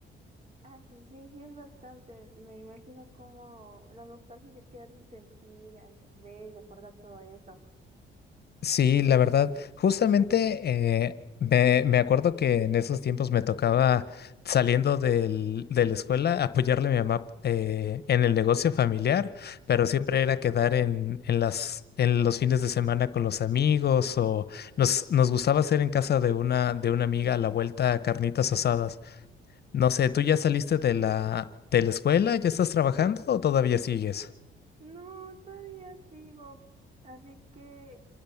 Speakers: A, on the right; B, on the left.
A: Ah, su- sí, sí, es bastante. Me imagino como la nostalgia que has de sentir al ver y recordar todo eso.
B: Sí, la verdad, justamente eh, me, me acuerdo que en esos tiempos me tocaba saliendo del- de la escuela apoyarle a mi mamá eh, en el negocio familiar, pero siempre era quedar en, en las, en los fines de semana con los amigos o nos, nos gustaba hacer en casa de una, de una amiga a la vuelta carnitas asadas. No sé, ¿tú ya saliste de la, de la escuela? ¿Ya estás trabajando o todavía sigues?
A: No, todavía sigo. Así que,